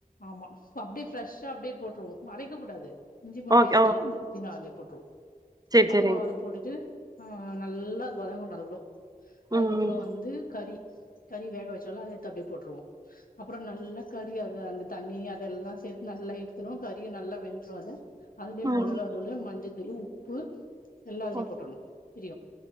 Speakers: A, on the left; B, on the right.
A: ஆமா அப்டியே ஃபெர்ஷ்ஷா அப்டியே போட்ருவோ அரைக்க கூடாது இஞ்சி பூண்டு
B: ஓகே
A: பேஸ்ட்டு
B: ஓ
A: அந்த புதினா அதுலயே போட்ருவோ
B: செரி
A: அப்றோ
B: செரிங்
A: அத போட்டுட்டு ஆ நல்லா அது வதங்கனு அதுக்கூடோ அதுக்கப்பறோ
B: ம் ம்
A: வந்து கறி கறி வேக வெச்சோல்ல அத எத்து அப்டியே போட்ருவோ அப்பறம் நல்லா கறி அத அந்த தண்ணி அதெல்லா சேத்து நல்லா எடுத்துரு கறியும் நல்லா வெந்துரு அதுல அதுலே
B: ம்
A: மொளகா தூளு மஞ்சத்தூளு உப்பு எல்லா அதுலே
B: ஓ
A: போட்டுணு திரியு